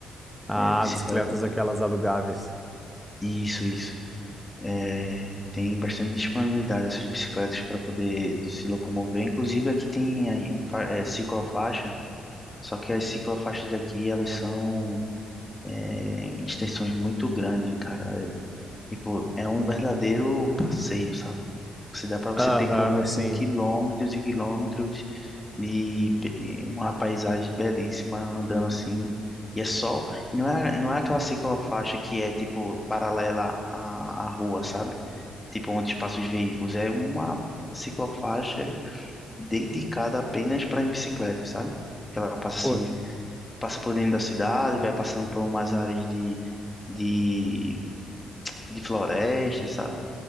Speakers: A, in the centre; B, on the left.
A: Ah,
B: É, bicicletas.
A: bicicletas aquelas alugáveis.
B: Isso, isso. É, tem bastante disponibilidade dessas bicicletas para poder se locomover. Inclusive aqui tem aí, fa- é, ciclofaixa, só que as ciclofaixas daqui elas são é, em extensões muito grandes, cara. É, tipo, é um verdadeiro passeio, sabe? Você dá para você
A: Aham,
B: percorrer assim
A: sim.
B: quilômetros e quilômetros de be- uma paisagem belíssima andando assim. E é só, não é, não é aquela ciclofaixa que é tipo paralela à, à rua, sabe? Tipo onde passam os veículos. É uma ciclofaixa dedicada apenas para as bicicletas, sabe? Que ela passa assim
A: Poxa,
B: passa por dentro da cidade, vai passando por umas áreas de, de, de florestas, sabe?